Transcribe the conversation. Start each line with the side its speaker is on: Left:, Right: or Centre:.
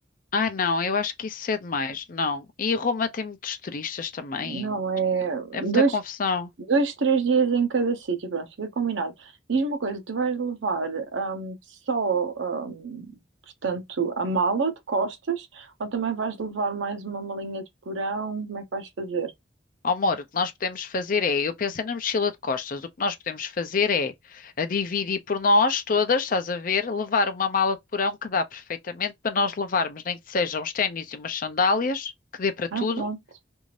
Left: Ah, não, eu acho que isso é demais. Não. E Roma tem muitos turistas também.
Right: Não, é
Left: É muita
Right: dois,
Left: confusão.
Right: dois, três dias em cada sítio, pronto, fica combinado. Diz-me uma coisa, tu vais levar hum, só, hum, portanto, a mala de costas ou também vais levar mais uma malinha de porão? Como é que vais fazer?
Left: amor, o que nós podemos fazer é, eu pensei na mochila de costas, o que nós podemos fazer é a dividir por nós todas, estás a ver, levar uma mala de porão que dá perfeitamente para nós levarmos, nem que sejam uns ténis e umas sandálias, que dê para tudo.
Right: Ah, pronto